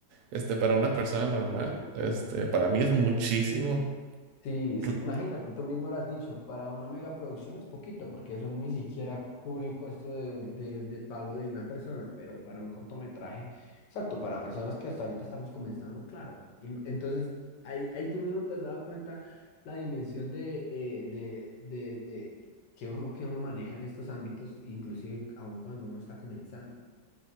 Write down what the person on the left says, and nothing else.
Sí, es-
imagínate, tú mismo lo has dicho, para una megaproducción es poquito, porque eso ni siquiera cubre el costo de, de- de pago de una persona, pero para un cortometraje, exacto, para personas que hasta ahorita estamos comenzando, claro. Y m- entonces, ahí, ahí tú mismo te has dado cuenta la dimensión de, eh, de, de, de que uno, que uno maneja en estos ámbitos, inclusive aun cuando uno está comenzando.